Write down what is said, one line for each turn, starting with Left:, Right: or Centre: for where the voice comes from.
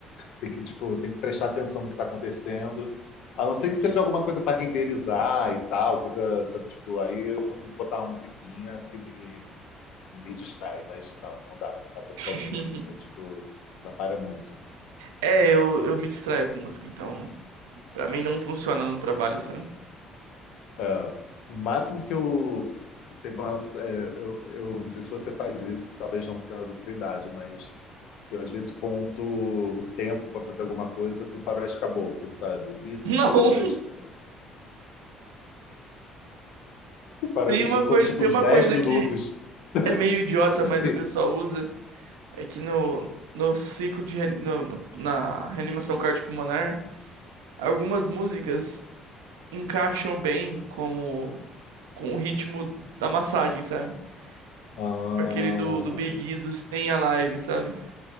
Left: tem que, tipo, tem que prestar atenção no que tá acontecendo. A não ser que seja alguma coisa para renderizar e tal, coisa, sabe, tipo, aí eu consigo botar uma musiquinha que me me distrai, mas não, não dá. Não dá pra ficar
Right: <laughs>
Left: ouvindo música, tipo, atrapalha muito.
Right: É, eu, eu me distraio com música, então pra mim não funciona no trabalho, sabe?
Left: Ah, o máximo que eu. Teve uma, é, eu, eu não sei se você faz isso, talvez não por causa da sua idade, mas eu às vezes conto o tempo para fazer alguma coisa com faroeste caboclo, sabe? Ih, são
Right: Não,
Left: três faroeste
Right: <laughs>
Left: caboclo. Faroeste
Right: tem uma
Left: caboclo são
Right: coisa,
Left: tipo
Right: tem
Left: uns
Right: uma
Left: dez
Right: coisa
Left: minutos.
Right: que é meio idiota,
Left: <laughs>
Right: mas o pessoal usa, é que no, no ciclo de re- no- no- na reanimação cardiopulmonar, algumas músicas encaixam bem como com o ritmo da massagem, sabe?
Left: Ah,
Right: Tipo Aquele do, do Big Isus tem a live, sabe?